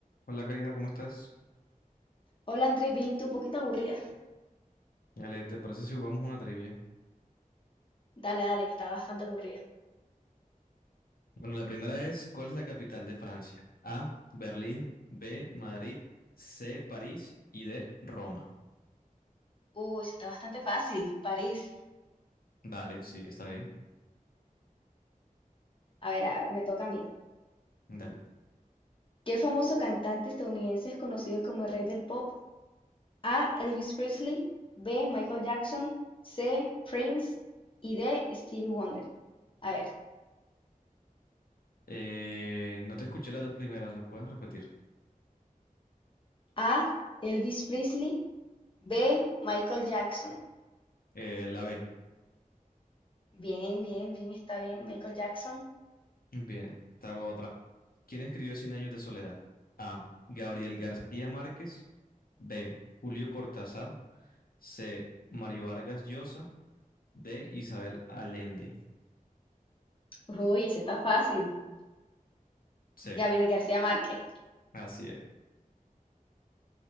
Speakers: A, on the left; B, on the left.
A: Hola Karina, ¿cómo estás?
B: Hola Andrés, bien, ¿y tú? Un poquito aburrida.
A: Ale, ¿te parece si jugamos una trivia?
B: Dale, dale, que estaba bastante aburrida.
A: Bueno, la primera es, ¿cuál es la capital de Francia? A, Berlín, B, Madrid, C, París y D, Roma.
B: Uy, sí está bastante fácil, París.
A: Vale, sí, está bien.
B: A ver, a ver, me toca a mí.
A: Dale.
B: ¿Qué famoso cantante estadounidense es conocido como el rey del pop? A. Elvis Presley. B. Michael Jackson. C. Prince. Y D. Stevie Wonder. A ver.
A: Eh, no te escuché las dos primeras, ¿las puedes repetir?
B: A. Elvis Presley. B. Michael Jackson.
A: Eh, la B.
B: Bien, bien, bien, está bien. Michael Jackson.
A: Bien, te hago otra. ¿Quién escribió Cien años de soledad? A, Gabriel García Márquez, B, Julio Cortázar, C, Mario Vargas Llosa, D, Isabel Allende.
B: Uy, ese está fácil.
A: Sí,
B: Gabriel García Márquez.
A: así es.